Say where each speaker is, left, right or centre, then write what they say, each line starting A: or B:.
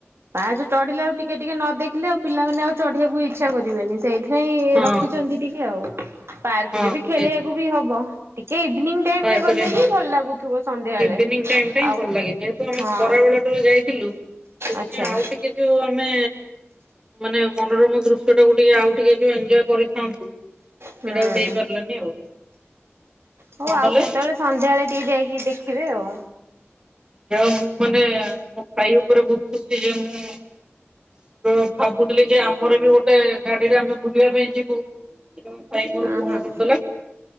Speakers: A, on the right; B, on the right.
A: ପାଜ ଚଢିଲେ ଆଉ ଟିକେ ଟିକେ ନ ଦେଖିଲେ ଆଉ ପିଲାମାନେ ଆଉ ଚଢିବାକୁ ଇଚ୍ଛା କରିବେନି। ସେଇ ପାଇଁ
B: ହଁ
A: ରଖିଛନ୍ତି ଟିକେ ଆଉ। <inaudible> ପାର୍କରେ
B: ହଁ
A: ବି ଖେଳିବାକୁ
B: ସେଇଥିପାଇଁ
A: ବି ହବ। ଟିକେ ଇଭିନିଂ ଟାଇମରେ
B: ତାପରେ
A: ଗଲେ ହିଁ
B: ହଁ
A: ଭଲ ଲାଗୁଥିବ ସନ୍ଧ୍ୟାବେଳେ।
B: ଇଭିନିଂ ଟାଇମ୍ ଟା ହିଁ
A: ଆଉ
B: ଭଲ ଲାଗେ। ଯେହେତୁ ଆମେ
A: ହଁ
B: ଖରାବେଳ ଟୁ ଯାଇ ହ୍ୟାଲୁ ସେଥିପାଇଁ
A: ଆଚ୍ଛା।
B: ଆଉ ଟିକେ ଯୋଉ ଆମେ ମାନେ ମନୋରମ ଦୃଶ୍ୟ ଟାକୁ ଟିକେ ଆଉ ଟିକେ ଏନଜୟ କରିଥାନ୍ତୁ। ସେଇଟା
A: ହୁଁ
B: ହେଇପାରିଲନି ଆଉ
A: ହଉ
B: ନହେଲେ
A: ଆଉ କେତେବେଳେ ସନ୍ଧ୍ୟାବେଳେ ଟିକେ ଯାଇକି ଦେଖିବେ ଆଉ
B: ଯଉ ମୁଁ ମାନେ ମୋ ଭାଇ ଉପରେ ବୁଝୁଥିଲ ଯେ ମୁଁ ଭାବୁଥିଲି ଯେ ଆମର ବି ଗୋଟେ ଗାଡିରେ ଆମେ ବୁଲିବା ପାଇଁ ଯିବୁ ଭାଇ ମୋର
A: ହଁ
B: କଣ
A: ହଁ।
B: କରୁଥିଲା?